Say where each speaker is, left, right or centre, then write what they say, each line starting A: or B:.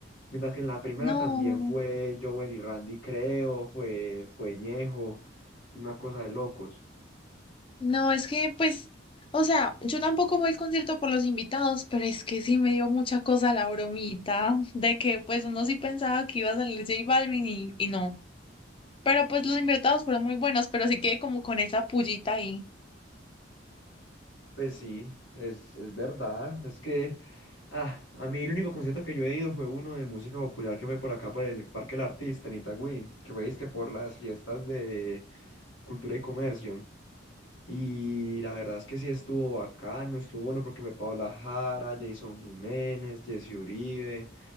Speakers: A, on the left (about 75°); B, on the left (about 25°).
A: Mientras que en la primera
B: No,
A: también fue Joel y Randy, creo, fue, fue Ñejo, una cosa de locos.
B: no, es que pues, o sea, yo tampoco voy al concierto por los invitados, pero es que sí me dio mucha cosa la bromita de que pues uno sí pensaba que iba a salir J Balvin y, y no. Pero pues los invitados fueron muy buenos, pero sí que como con esa pullita ahí.
A: Pues sí, es, es verdad. Es que ah, a mí el único concierto que yo he ido fue uno de música popular que fue por acá, por el Parque del Artista en Itagüí, que fue que por las fiestas de Cultura y Comercio. Y la verdad es que sí estuvo bacano, estuvo bueno porque fue Paola Jara, Jason Jiménez, Jesse Uribe,